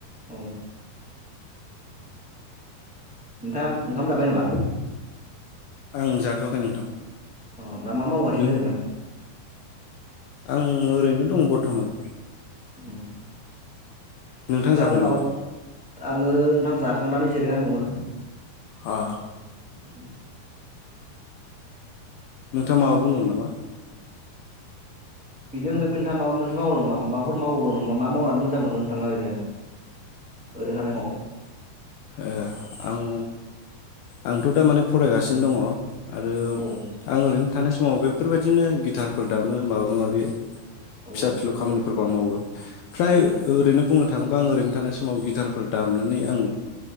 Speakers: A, in the centre; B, on the left.
A: औ नोंथांङा ओंखाम जाबाय नामा।
B: आं जाथ वाखै नोंथां।
A: अ दा मा मावगासिनो
B: नों
A: ओरैनो।
B: आं ओरैनो दङ बरथमान।
A: उम। नोंथाङा
B: नोंथाङा जाखांबाय
A: आरो माबा
B: नामा
A: आङो नोंथां जाखांनानै जिरायनानै दङो।
B: हा।
A: <inaudible>
B: नोंथांङा माबा बुंदोंमोन नामा।
A: बिनि अनगायैबो नोंथाङा माबा मोनसे मावो नामा माबाफोर मावबावो नामा मा मावनानै मोजां मोनो नोंथाङा ओरैनो ओरैनो थानाय समाव।
B: ए आं आंथ दा माने फरायगासिनो दङ। आरो
A: औ
B: आं ओरैनो थानाय समाव बेफोरबायदिनो गिटारफोर दामो माबा माबि
A: औ
B: फिसा फिलौ
A: औ
B: खामानिफोरखौ आं मावो फ्राय
A: औ
B: ओरैनो बुंनो थाङोबा आं ओरैनो थानाय समाव गिटारफोर दामनानै आं